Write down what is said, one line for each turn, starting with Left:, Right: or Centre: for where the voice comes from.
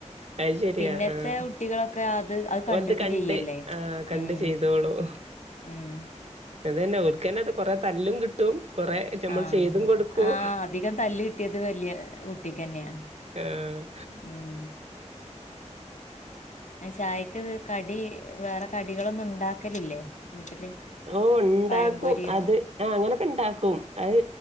Right: അത് ശരിയാ
Left: പിന്നത്തെ
Right: ആഹ്
Left: കുട്ടികളൊക്കെ അത് അത് കണ്ടിട്ട്
Right: ഓലത് കണ്ട്
Left: ചെയ്യല്ലേ
Right: ആഹ് കണ്ട്
Left: ഉം
Right: ചെയ്തോളും
Left: ഉം
Right: അതന്നെ ഓൽക്കന്നെ അത് കൊറെ തല്ലും കിട്ടും കൊറെ നമ്മൾ
Left: ആഹ്
Right: ചെയ്തും കൊടുക്കും
Left: ആ അധികം തല്ല് കിട്ടിയത് വലിയ കുട്ടിക്ക് തന്നെയാ
Right: ആഹ്
Left: ഉം ചായക്ക് കടി വേറെ കടികളൊന്നും ഉണ്ടാക്കലില്ലേ വീട്ടില്
Right: ഓ ണ്ടാക്കും
Left: പഴംപൊരിയോ
Right: അത് ആ അങ്ങനൊക്കെ ണ്ടാക്കും അത്